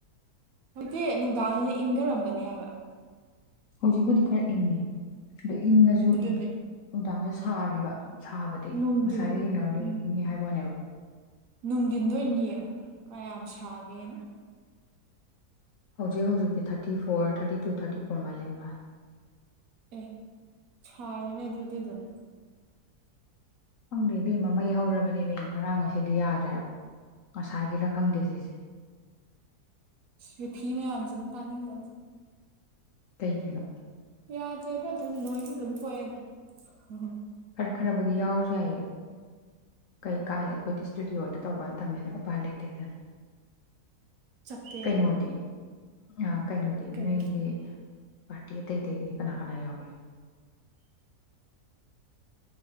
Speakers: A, on the right; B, on the left.
A: ꯍꯧꯖꯤꯛꯇꯤ ꯅꯨꯡꯗꯥꯡꯁꯤꯅ ꯏꯪꯊꯔꯝꯒꯅꯤ ꯍꯥꯏꯕ
B: ꯍꯧꯖꯤꯛꯄꯨꯗꯤ ꯈꯔ ꯏꯪꯉꯦ ꯑꯣ ꯏꯪꯉꯁꯨ
A: ꯑꯗꯨꯅ
B: ꯑꯗꯨꯝ ꯅꯨꯡꯗꯥꯡꯁꯨ ꯁꯥꯔꯦꯕ ꯁꯥꯕꯗꯤ
A: ꯅꯨꯡꯊꯤꯟ
B: ꯉꯁꯥꯏꯒ ꯌꯦꯡꯅꯔꯗꯤ
A: ꯎꯝ
B: ꯏꯪꯉꯦ ꯍꯥꯏꯕ ꯋꯥꯅꯦꯕ
A: ꯅꯨꯡꯊꯤꯟꯗ ꯑꯣꯏꯅ ꯌꯦꯡꯉꯣ ꯀꯌꯥꯝ ꯁꯥꯒꯦꯅ
B: ꯍꯧꯖꯤꯛ ꯍꯧꯖꯤꯛꯇꯤ thirty four thirty two thirty four ꯃꯥꯥꯏ ꯂꯩ ꯃꯥꯥꯏ
A: ꯑꯦ ꯁꯥꯔꯣꯏꯅꯦ ꯑꯗꯨꯗꯤ ꯑꯗꯨꯝ
B: ꯈꯪꯗꯦ ꯃꯃꯩ ꯍꯧꯔꯕꯅꯦ ꯃꯤ ꯉꯔꯥꯡ ꯉ ꯑꯁꯤꯗꯤ ꯌꯥꯗ꯭ꯔꯦꯕ ꯉꯁꯥꯏꯒꯤꯔ ꯈꯪꯗꯦ ꯁꯤꯁꯦ
A: ꯔꯤꯊꯤ ꯃꯌꯥꯝꯁꯤꯅ ꯇꯥꯅꯤꯡꯕꯅꯤ
B: ꯇꯩꯀꯅ
A: ꯌꯥꯗ꯭ꯔꯦꯗ ꯑꯗꯨꯝ ꯅꯣꯏꯁꯨ ꯑꯗꯨꯝ ꯊꯣꯛꯑꯦꯗ ꯎ
B: ꯈꯔ ꯈꯔꯕꯨꯗꯤ ꯌꯥꯎꯖꯩꯌꯦ ꯀꯩ ꯀꯥꯏꯗ ꯑꯩꯈꯣꯏꯗꯤ ꯏꯁꯇꯨꯗꯤꯑꯣꯗ ꯇꯧꯕꯅ ꯊꯝꯃꯦꯅ ꯎꯄꯥꯏ ꯂꯩꯇꯦꯗꯅ
A: ꯆꯞꯄꯦ
B: ꯀꯩꯅꯣꯗꯤ ꯑ ꯀꯩꯅꯣꯗꯤ
A: ꯀꯩ
B: ꯅꯣꯏꯒꯤ ꯄꯥꯔꯇꯤ ꯑꯇꯩ ꯑꯇꯩꯗꯤ ꯀꯅꯥ ꯀꯅꯥ ꯌꯥꯎꯒꯦ